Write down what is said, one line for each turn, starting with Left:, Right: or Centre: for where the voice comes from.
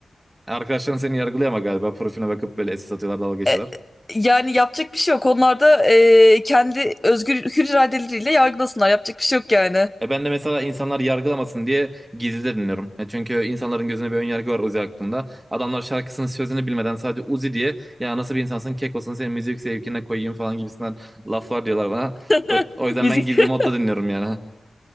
Right: Arkadaşların seni yargılıyor galiba profiline bakıp böyle SS atıyorlar dalga geçiyorlar.
Left: E, Yani yapacak bir şey yok. Onlar da eee, kendi özgür hür iradeleriyle yargılasınlar. Yapacak bir şey yok yani.
Right: E ben de mesela insanlar yargılamasın diye gizli de dinliyorum. E çünkü insanların gözünde bir ön yargı var Uzi hakkında. Adamlar şarkısının sözünü bilmeden sadece Uzi diye ya nasıl bir insansın kek olsun senin müzik zevkine koyayım falan gibisinden laflar diyorlar bana.
Left: <laughs>
Right: O, o yüzden
Left: Müzik.
Right: ben gizli
Left: <laughs>
Right: modda dinliyorum yani.